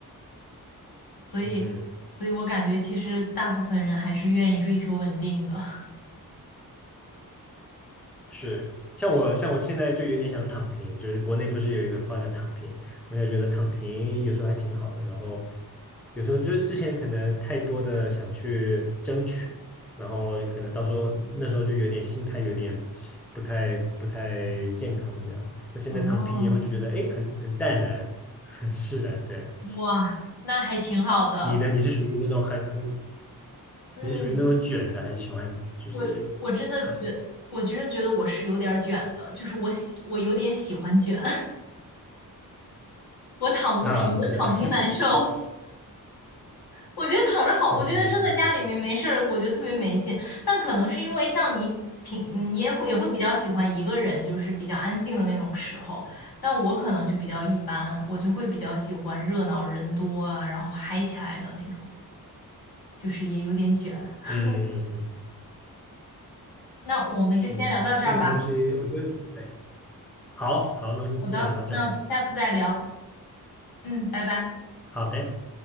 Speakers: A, on the left; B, in the centre.
A: 所以，
B: 嗯哼。
A: 所以我感觉其实大部分人还是愿意追求稳定的。<laughs>
B: 是，像我像我现在就有点想躺平，就是国内不是有一个话叫躺平，我就觉得躺平有时候还挺好的，然后有时候就是之前可能太多的想去争取，然后可能到时候那时候就有点心态有点不太不太健康这样，那现在躺平以后就觉得哎很很淡然，
A: 哦，
B: 很释然。对，
A: 哇，那还挺好的。
B: 你呢？你是属于那种很很
A: 嗯，
B: 你是属于那种卷的，还是喜欢就是躺的？
A: 我我真的觉，我真的觉得我是有点儿卷的，就是我喜，我有点喜欢卷，<laughs> 我躺不平，
B: 啊，
A: 我躺平难受。
B: 是，<laughs>
A: 我觉得躺着好，
B: 嗯嗯
A: 我觉得真的家里面没事儿，我觉得特别没劲。但可能是因为像你平，嗯，也会也会比较喜欢一个人，就是比较安静的那种时候。但我可能就比较一般，我就会比较喜欢热闹人多啊，然后嗨起来的那种，就是也有点卷。<laughs>
B: 嗯嗯嗯。
A: 那我们就先聊到这儿吧。
B: 是这种东西，我觉得对，好好，那么先天聊到这儿，
A: 好的，那下次再聊。嗯，拜拜。
B: 好的，